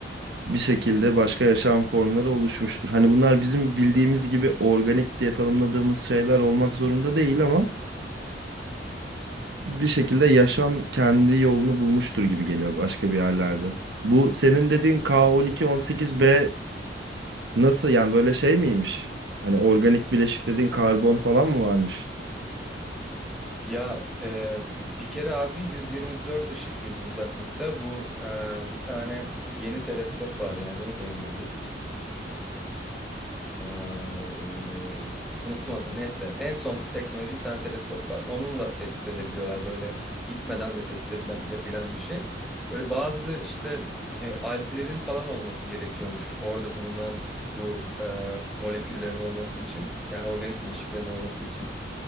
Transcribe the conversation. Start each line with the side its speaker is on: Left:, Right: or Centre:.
Right: bir şekilde başka yaşam formları oluşmuştur. Hani bunlar bizim bildiğimiz gibi organik diye tanımladığımız şeyler olmak zorunda değil ama bir şekilde yaşam kendi yolunu bulmuştur gibi geliyor başka bir yerlerde. Bu senin dediğin K12-18b Nasıl yani böyle şey miymiş? Hani organik bileşik dediğin karbon falan mı varmış?
Centre: ya e, bir kere abi 124 ışık yılı uzaklıkta bu e, bir tane yeni teleskop var ya neydi onun adı? Ee, unuttum adını. Neyse. En son teknoloji bir tane teleskop var. Onunla tespit edebiliyorlar böyle gitmeden de tespit edilebilen bir şey. Böyle bazı işte e, alglerin falan olması gerekiyormuş orada bulunan bu e, moleküllerin olması için. Yani organik bileşiklerin olması için.